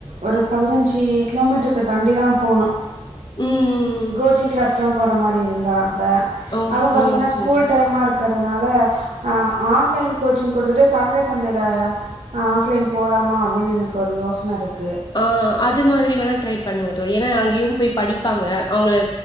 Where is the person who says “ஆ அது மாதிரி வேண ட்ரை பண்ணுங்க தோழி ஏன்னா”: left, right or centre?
Left